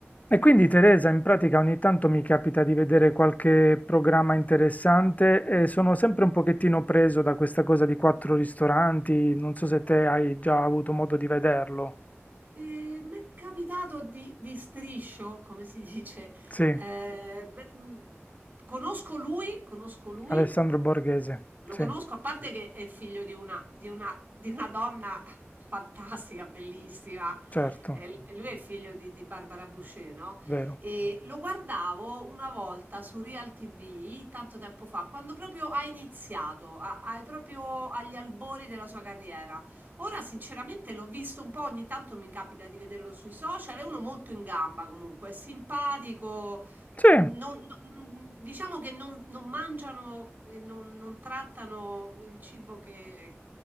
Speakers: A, on the left (about 35°); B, on the right (about 50°).
A: E quindi Teresa, in pratica ogni tanto mi capita di vedere qualche programma interessante e sono sempre un pochettino preso da questa cosa di quattro ristoranti, non so se te hai già avuto modo di vederlo.
B: Ehm, m'è capitato di di striscio, come si dice.
A: Sì,
B: Ehm, beh, mhmm, conosco lui conosco lui,
A: Alessandro Borghese,
B: lo
A: sì,
B: conosco, a parte che è il figlio di una, di una- di una donna <laughs> fantastica, bellissima.
A: certo,
B: Eh, lui è il figlio di, di Barbara Boucher, no?
A: vero.
B: E lo guardavo una volta su Real TV, tanto tempo fa, quando proprio ha iniziato, a- a- proprio agli albori della sua carriera. Ora, sinceramente, l'ho visto un po', ogni tanto mi capita di vederlo sui social, è uno molto in gamba comunque, è simpatico,
A: Sì.
B: non- non- mm, diciamo che non, non mangiano e non, non trattano il cibo che,